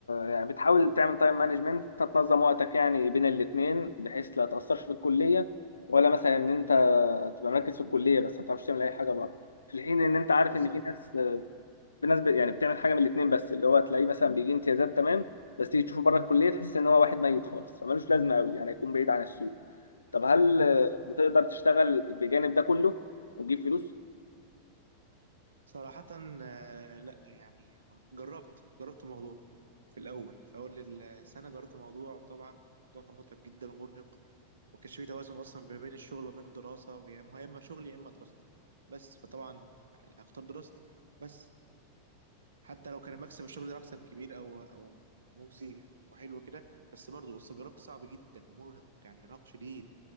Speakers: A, on the left; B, on the right.
A: يعني بتحاول تعمل تايم مانجمنت انت تنظم وقتك يعني بين الاتنين بحيث لا تأثرش في الكلية ولا مثلا ان انت تبقى مركز في الكلية بس ما تعرفش تعمل اي حاجة بره في الحين ان انت عارف
B: بالظبط
A: ان في ناس في ناس ب- يعني بتعمل حاجة من الاتنين بس اللي هو تلاقيه مثلا بيجي امتيازات تمام بس تيجي تشوفه بره الكلية تحس ان هو واحد ميت خالص فمالوش لازمة قوي يعني هيكون بعيد عن السوق طب هل
B: اه
A: بتقدر تشتغل بجانب ده كله وتجيب فلوس
B: صراحة آه، لأ يعني جربت جربت الموضوع في الأول في أول السنة جربت الموضوع طبعا الموضوع كان متعب جدا ومرهق وكانش في توازن اصلا ما بين الشغل وما بين الدراسه ويا ما هو يا اما شغلي يا اما دراستي بس فطبعا هختار دراستي بس حتى لو كان مكسب الشغل ده مكسب كبير او او مجزي وحلو كده بس برضه بس جربت صعب جدا مرهق يعني ارهاق شديد